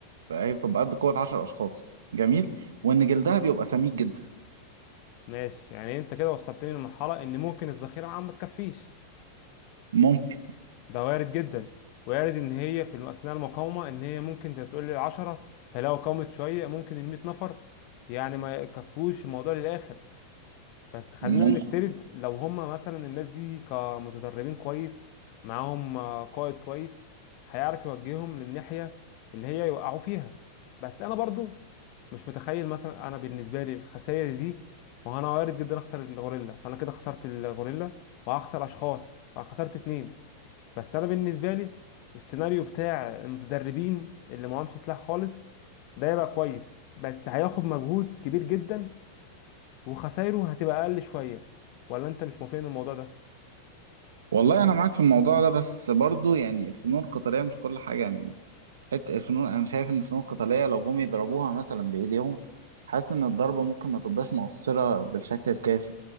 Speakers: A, on the right; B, on the left.
A: فهي بتبقى قد قوة عشر أشخاص جميل وإن جلدها بيبقى سميك جدا
B: ماشي يعني انت كده وصلتني لمرحله ان ممكن الذخيره معاهم ما تكفيش
A: ممكن
B: ده وارد جدا وارد ان هي في اثناء المقاومه ان هي ممكن تقول لي 10 فلو قامت شويه ممكن ال 100 نفر يعني ما يكفوش الموضوع للاخر بس خلينا
A: ممكن
B: نفترض لو هم مثلا الناس دي كمتدربين كويس معاهم آه، قائد كويس هيعرف يوجههم للناحية اللي هي يوقعوا فيها بس انا برضو مش متخيل مثلا انا بالنسبة لي الخسائر دي ما هو انا وارد جدا اخسر الغوريلا فانا كده خسرت الغوريلا وهخسر اشخاص فانا خسرت اتنين بس انا بالنسبة لي السيناريو بتاع المتدربين اللي معهمش سلاح خالص ده يبقى كويس بس هياخد مجهود كبير جدا وخسايره هتبقى اقل شويه ولا انت مش موافقني الموضوع ده
A: والله أنا معاك في الموضوع ده بس برضو يعني الفنون القتالية مش كل حاجة يعني حتة الفنون أنا شايف إن الفنون القتالية لو جم يضربوها مثلا بإيديهم حاسس إن الضربة ممكن ما تبقاش مؤثرة بالشكل الكافي